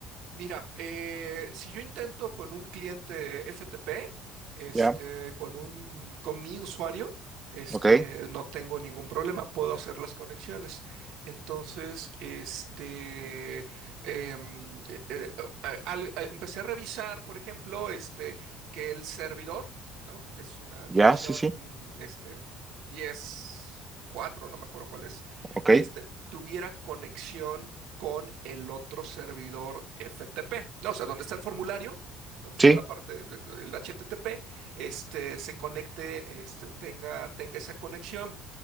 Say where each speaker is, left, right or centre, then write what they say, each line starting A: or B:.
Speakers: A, on the right; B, on the right.
A: Mira, eh, si yo intento con un cliente FTP, este,
B: Ya,
A: con un, con mi usuario, este,
B: ok.
A: no tengo ningún problema, puedo hacer las conexiones. Entonces, este, em, eh, eh, a- al- a- empecé a revisar, por ejemplo, este, que el servidor, ¿no? Que es una
B: Ya,
A: dirección,
B: sí, sí.
A: este, 10 4, no me acuerdo cuál es,
B: Ok.
A: este, tuviera conexión con el otro servidor FTP. No, o sea, donde está el formulario, donde está
B: Sí.
A: la parte del HTTP, este, se conecte, este, tenga, tenga esa conexión.